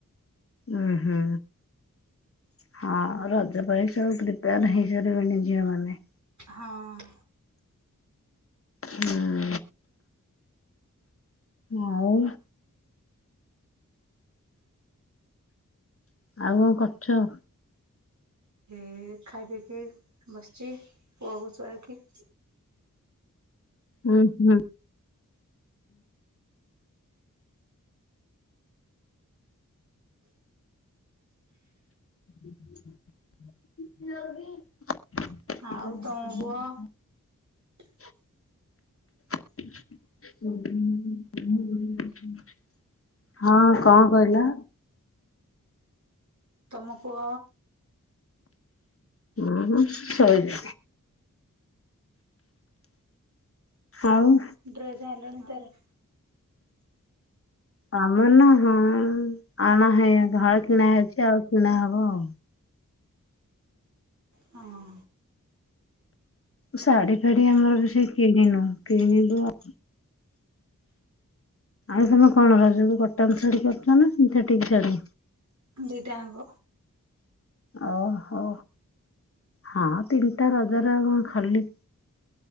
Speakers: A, on the left (about 45°); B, on the right (about 65°).
A: ଉ ହୁଁ। ହଁ ରଜ ପାଇଁ ସବୁ ପ୍ରିପେୟାର ହେଇସାରିବେଣି ଝିଅ ମାନେ।
B: ହଁ
A: ହୁଁ ଆଉ ଆଉ କଣ କରୁଛ
B: ଏ ଖାଇ ପିଇକି ବସିଛି ପୁଅକୁ ଶୁଆଇକି
A: ହୁଁ ହୁଁ <unintelligible> <inaudible>
B: ଆଉ ତମ ପୁଅ <inaudible>
A: <unintelligible> ହଁ, କଣ କହିଲ?
B: ତମ ପୁଅ
A: ହୁଁ ଶଇଛି ଆଉ
B: ଡ୍ରେସ ଆଇଁଲଣି ତାର
A: ଆମ ନା ହଁ ଆଣା ହେଇ ହଳେ କିଣା ହେଉଛି ଆଉ କିଣା ହବ ଆଉ
B: ହଁ
A: ଶାଢୀ ଫାଢୀ ଆମର ବେସି କିଣିନୁ କିଣିବୁ ଆ ଆଉ ତମେ କଣ ରଜକୁ କଟନ ଶାଢୀ କରୁଛ ନା ସିନ୍ଥେଟିକ୍ ଶାଢୀ
B: ଦିଟା ଆଂକ
A: ଓହୋ ହଁ ତିନିଟା ରଜର କଣ ଖାଲି